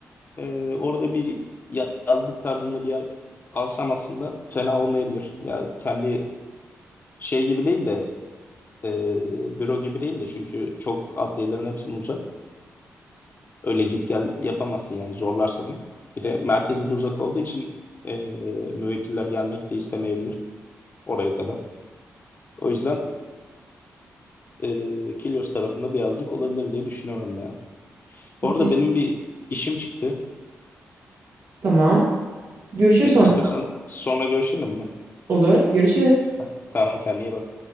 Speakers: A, on the left; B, on the right.
A: Ee, orada bir ya- yazlık tarzında bir yer alsam aslında fena olmayabilir. Ya kendi şey gibi değil de e, büro gibi değil de çünkü çok adliyelerin hepsine uzak. Öyle git gel yapamazsın yani zorlar seni. Bir de merkeze de uzak olduğu için e, müvekkiller gelmek de istemeyebilir oraya kadar. O yüzden e, Kilyos tarafında bir yazlık olabilir diye düşünüyorum ya.
B: Kesin.
A: Bu arada benim bir işim çıktı.
B: Tamam. Görüşür
A: E,
B: sonra.
A: istiyorsan sonra görüşelim mi?
B: Olur. Görüşürüz.
A: Ha, Tamam kendine iyi bak.